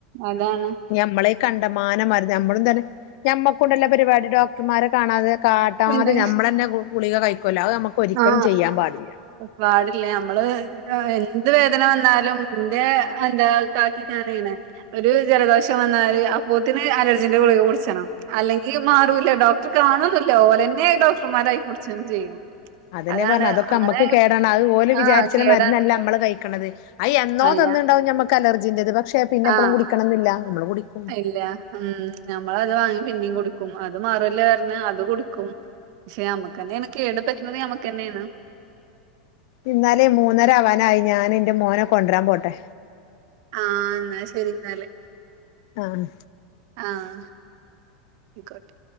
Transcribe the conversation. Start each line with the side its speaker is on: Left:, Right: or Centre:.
Right: അതാണ്
Left: ഞമ്മളെ ഈ കണ്ടമാനം മരുന്ന് നമ്മളും തന്നെ ഞമ്മക്കുണ്ടല്ലൊ പരിപാടി ഡോക്ടർമാരെ കാണാതെ കാട്ടാതെ
Right: പിന്നെ
Left: ഞമ്മളെന്നെ ഗുളിക കഴിക്കലാലോ അത് നമ്മക്ക് ഒരിക്കലും
Right: ആഹ്
Left: ചെയ്യാൻ പാടില്ല
Right: പാടില്ല നമ്മള് എന്ത് വേദന വന്നാലും ഇന്റെ എന്താ കാക്കിക്കെ അങ്ങനെയ്ണെ ഒര് ജലദോഷം വന്നാല് അപ്പോത്തിന് അലർജിന്റെ ഗുളിക കുടിച്ചണം അല്ലെ ഈ മാറൂല ഡോക്ടർ കാണൊന്നില്ല ഓവെന്നെ ഡോക്ടർമാരായി കുടിച്ചും ചെയ്യും
Left: അതെന്നെ
Right: അതാണ്
Left: പറഞ്ഞെ അതൊക്കെ
Right: അങ്ങനെ
Left: അമ്മക്ക് കേടാണ് അത് ഓല് വിചാരിച്ച്ണ
Right: ആഹ് കേടാണ്
Left: മരുന്നല്ല അമ്മള് കഴിക്ക്ണത് അത് എന്നോ
Right: അല്ല
Left: തന്ന്ണ്ടാവും ഞമ്മക്ക് അലർജിൻ്റേത് പക്ഷെ പിന്നെപ്പമും
Right: ആഹ്
Left: കുടിക്കണം ന്നില്ല നമ്മള് കുടിക്കും
Right: ഇല്ല ഉം ഞമ്മൾ അത് വാങ്ങി പിന്നിം കുടിക്കും അത് മാറുല്ലൊ പർഞ്ഞ് അതും കുടിക്കും പക്ഷെ നമ്മക്കെന്നെയാണ് കേട് പറ്റ്ണത് നമ്മക്ക് തന്നെയാണ്
Left: ഇന്നാലേ മൂന്നര ആവാനായി ഞാൻ എന്റെ മോനെ കൊണ്ടുവരാൻ പോട്ടെ
Right: ആഹ് ന്നാ ശരി ന്നാല്
Left: ആഹ്
Right: ആഹ് അയ്ക്കോട്ടെ